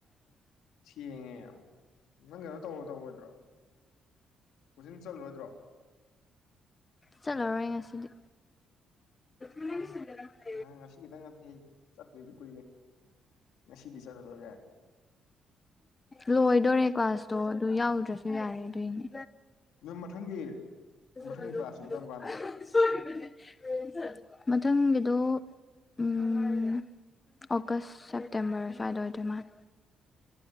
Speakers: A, on the left (about 85°); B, on the left (about 25°).
A: ꯊꯦꯡꯉꯦ ꯌꯥꯝ ꯅꯪ ꯀꯩꯅꯣ ꯇꯧꯔꯣ ꯇꯧꯔꯣꯏꯗ꯭ꯔꯣ ꯀꯣꯆꯤꯡ ꯆꯠꯂꯣꯏꯗ꯭ꯔꯣ
B: ꯆꯠꯂꯥꯔꯣꯏ ꯉꯁꯤꯗꯤ <inaudible>
A: ꯅ ꯉꯁꯤꯒꯤꯗꯪ ꯅꯠꯇꯦ ꯆꯠꯇꯔꯤꯗꯣ ꯀꯨꯏꯔꯦ ꯉꯁꯤꯗꯤ ꯆꯠꯂꯔꯣꯏ ꯀꯥꯏ
B: ꯂꯣꯏꯗꯣꯔꯦ ꯀ꯭ꯂꯥꯁꯇꯣ ꯑꯗꯨ ꯌꯥꯎꯗ꯭ꯔꯁꯨ ꯌꯥꯔꯦ ꯑꯗꯨꯏꯅꯦ
A: ꯅꯪ ꯃꯊꯪꯒꯤ
B: <unintelligible>
A: ꯃꯊꯪꯒꯤ ꯀ꯭ꯂꯥꯁꯇꯨꯗꯤ ꯀꯔꯝ ꯀꯥꯟꯗꯅꯣ
B: ꯃꯊꯪꯒꯤꯗꯣ ꯎꯃ ꯑꯣꯒꯁ ꯁꯦꯞꯇꯦꯝꯕꯔ ꯁ꯭ꯋꯥꯏꯗ ꯑꯣꯏꯗꯣꯏ ꯃꯥꯜꯂꯦ